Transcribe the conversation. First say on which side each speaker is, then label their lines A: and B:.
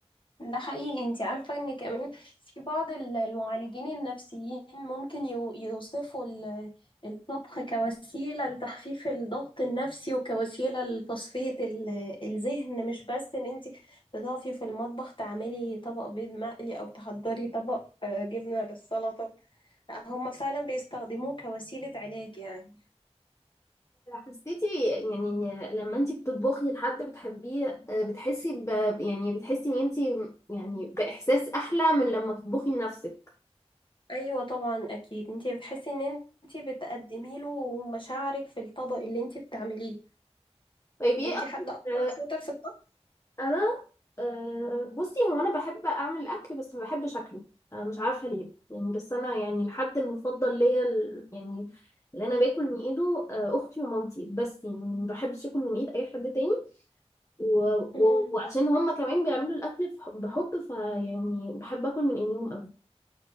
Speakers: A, on the left; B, on the left.
A: ده حقيقي انت عارفة ان كمان في بعض ال- المعالجين النفسيين ممكن يو- يوصفوا ال- الطبخ كوسيلة لتخفيف الضغط النفسي وكوسيلة لتصفية ال- الذهن مش بس ان انت بتقفي في المطبخ تعملي طبق بيض مقلي او تحضري طبق آه، جبنة بالسلطة لا هما فعلا بيستخدموه كوسيلة علاج يعني
B: حسيتي يعني إن لما انت بتطبخي لحد بتحبيه آه، بتحسي ب يعني بتحسي ان انت يعني بإحساس أحلى من لما تطبخي لنفسك
A: ايوه طبعا اكيد انت بتحسي ان انت بتقدمي له مشاعرك في الطبق اللي انت بتعمليه
B: طيب ايه
A: انتي
B: أكتر
A: حد اصلا شاطر في الطبخ
B: انا آه، بصي هو انا بحب اعمل الاكل بس ما بحب شكله آه، مش عارفه ليه يعني بس انا يعني الحد المفضل ليا ال- يعني اللي انا باكل من ايده آه، اختي ومامتي بس يعني ما بحبش اكل من ايد اي حد تاني و... و...
A: امم
B: وعشان هما كمان بيعملوا الاكل بح- بحب فيعني بحب اكل من ايديهم أوي.